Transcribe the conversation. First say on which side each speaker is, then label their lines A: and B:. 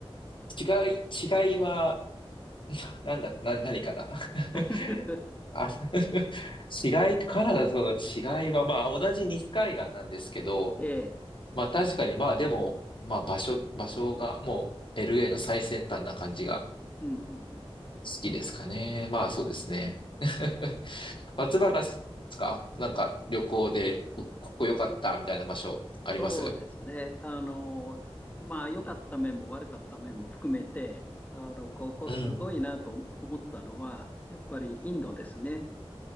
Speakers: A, on the left; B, on the left.
A: 違い、違いはなんだ、な、何かな。
B: <laughs>
A: <laughs> あ、<laughs> 違い、カナダとの違いは、まあ、同じ西海岸なんですけど、
B: ええ。
A: まあ、確かに、まあ、でも、まあ、場所、場所が、もう、LA の最先端な感じが
B: うんうんう
A: 好きですかね。まあ、そうですね。
B: ん。
A: <laughs> 松原さんですかなんか、旅行で、おここ良かった、みたいな場所、あります
B: そうですね。あの、まあ、良かった面も悪かった面も含めて、あの、ここすごいなと思ったのは、
A: うん。
B: やっぱりインドですね。